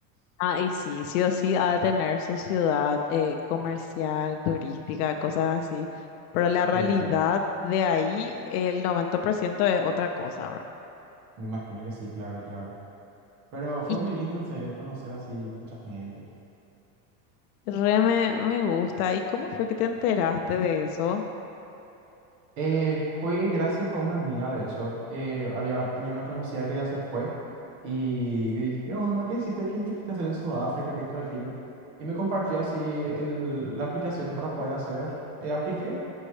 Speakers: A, on the left (about 80°); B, on the right (about 40°).
A: Ah, y sí, sí o sí ha de tener su ciudad eh, comercial, turística, cosas así, pero la realidad
B: Sí, claro,
A: de ahí, el 90% es otra cosa, ¿verdad?
B: me imagino que sí, claro, claro. Pero fue
A: y
B: muy lindo, en serio, conocer así mucha gente.
A: Re me, me gusta. ¿Y cómo fue que te enteraste de eso?
B: Eh, fue gracias a una amiga, de hecho. Eh, había, tenía una conocida que ya se fue y yo dije, ¿qué onda? ¿Qué hiciste? ¿Qué te fuiste a hacer en Sudáfrica? ¿Qué esto, aquello? Y me compartió así el- la aplicación para poder hacer. Eh, apliqué